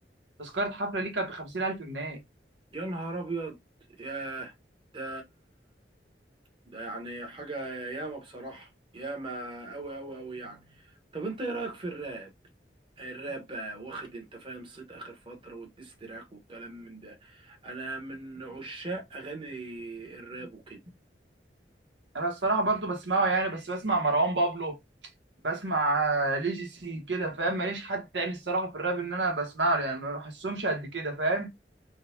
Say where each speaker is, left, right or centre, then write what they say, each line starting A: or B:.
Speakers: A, on the right; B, on the right.
A: تذكره حفله ليه كانت ب 50000 جنيه
B: يا نهار ابيض ياه ده ده يعني حاجه ياما بصراحه ياما قوي قوي قوي يعني طب انت ايه رايك في الراب الراب بقى واخد انت فاهم صيت اخر فتره والديستراك والكلام من ده انا من عشاق اغاني الراب وكده
A: انا الصراحه برضو بسمعه يعني بس بسمع مروان بابلو بسمع آه، ليجيسي كده فاهم ماليش حد تاني الصراحه في الراب ان انا بسمعه يعني ما بحسهمش قد كده فاهم